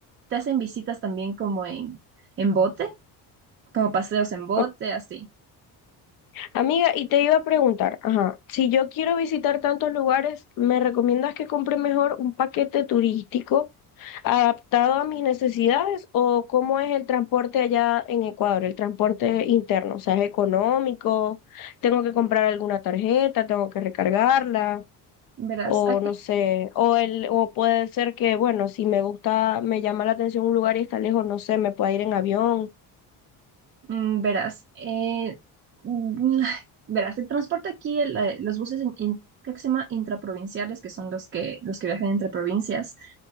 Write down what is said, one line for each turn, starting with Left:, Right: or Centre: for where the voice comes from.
Right: te hacen visitas también como en, en bote como paseos en bote,
Left: Ok.
Right: así.
Left: Amiga, y te iba a preguntar, ajá, si yo quiero visitar tantos lugares, ¿me recomiendas que compre mejor un paquete turístico adaptado a mis necesidades o cómo es el transporte allá en Ecuador, el transporte interno? O sea, ¿es económico? ¿Tengo que comprar alguna tarjeta? ¿Tengo que recargarla?
Right: Verás,
Left: o
Right: aquí,
Left: no sé, o el, o puede ser que, bueno, si me gusta, me llama la atención un lugar y está lejos, no sé, me pueda ir en avión,
Right: mm, verás, eh, mm, <sighs> verás, el transporte aquí, el, eh, los buses, in- in- creo que se llama intraprovinciales, que son los que, los que viajan entre provincias.